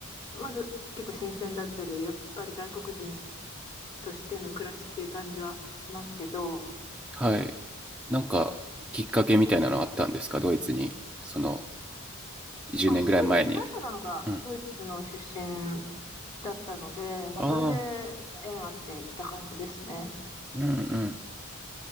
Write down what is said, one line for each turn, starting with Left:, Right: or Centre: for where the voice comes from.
Left: まだ結構新鮮だったり、やっぱり外国人としての暮らしっていう感じはしますけど、
Centre: はい。なんか、きっかけみたいなのあったんですかドイツに、その、10年ぐらい前に。
Left: あ、そうです。パートナーがドイツの出身
Centre: うん。
Left: だったので、まあ、
Centre: ああ、
Left: それで縁あってきた感じですね。
Centre: うんうん。